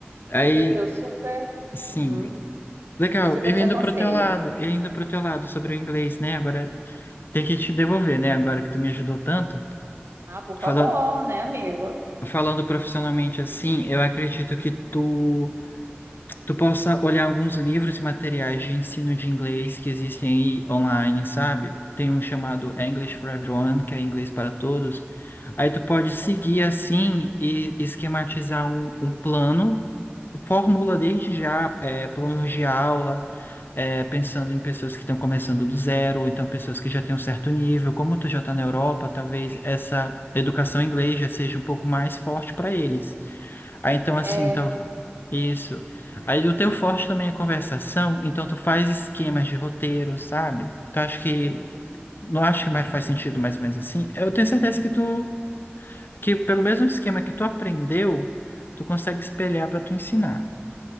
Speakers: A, on the left; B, on the right.
A: Aí,
B: Mas eu, eu super,
A: sim.
B: uhum,
A: Legal,
B: eu super
A: eu
B: te
A: indo
B: aconselho.
A: pro teu lado, eu indo pro teu lado sobre o inglês, né? Agora tem que te devolver, né? Agora que tu me ajudou tanto.
B: Ah, por favor,
A: Falando,
B: né, amigo?
A: falando profissionalmente assim, eu acredito que tu tu possa olhar alguns livros e materiais de ensino de inglês que existem aí online, sabe? Tem um chamado
B: Uhum.
A: English for Everyone, que é inglês para todos. Aí tu pode
B: Três
A: seguir
B: para todo
A: assim e esquematizar um, um plano, formula desde já é, planos de aula, é, pensando em pessoas que estão começando do zero, ou então pessoas que já têm um certo nível. Como tu já está na Europa, talvez essa educação em inglês já seja um pouco mais forte para eles. Aí então assim,
B: É,
A: tá... isso.
B: é.
A: Aí o teu forte também é conversação, então tu faz esquemas de roteiro, sabe? Tu acha que
B: uhum.
A: não acha que mais faz sentido mais ou menos assim? Eu tenho certeza que tu que pelo mesmo esquema que tu aprendeu, tu consegue espelhar para tu ensinar.